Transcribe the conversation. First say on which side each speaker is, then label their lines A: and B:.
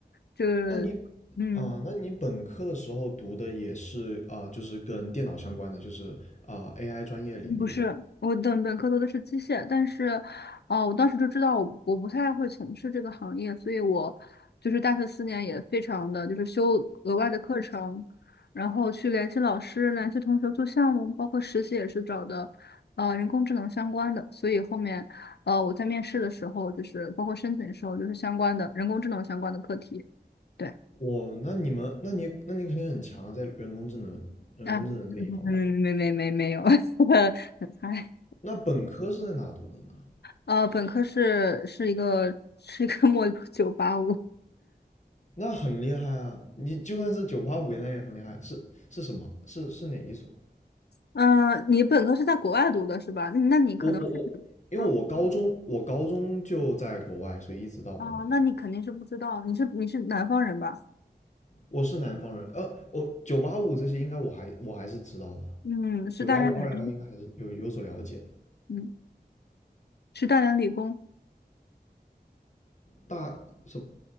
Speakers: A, on the left; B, on the left.
A: 就是嗯，
B: 那你，啊、那你本科的时候读的也是啊、就是跟电脑相关的，就是啊、AI 专业领域的嘛？
A: 嗯不是，我的本科读的是机械，但是，啊、我当时就知道我我不太会从事这个行业，所以我就是大学四年也非常的就是修额外的课程，然后去联系老师、联系同学做项目，包括实习也是找的，呃，人工智能相关的，所以后面，呃，我在面试的时候，就是包括申请的时候，就是相关的人工智能相关的课题，对，
B: 哦，那你们，那你那你肯定很强啊，在人工智能、人工智能这一方面。
A: 嗯，没 <laughs> 没没没没有，<laughs> 很菜。
B: 那本科是在哪读的呢？
A: 呃，本科是是一个是一个 <laughs> 末九八五。
B: 那很厉害啊！你就算是九八五，那也很厉害。是是什么？是是哪一所？
A: 嗯，你本科是在国外读的是吧？那那你可能，
B: 我我我，因为我高中我高中就在国外，
A: 嗯
B: 所以一直到本科。
A: 哦，那你肯定是不知道，你是你是南方人吧？
B: 我是南方人，呃，我九八五这些应该我还我还是知道的，
A: 嗯，是大连理工，
B: 九八五二幺幺应该还是有有所了解的。
A: 嗯，是大连理工，
B: 大什么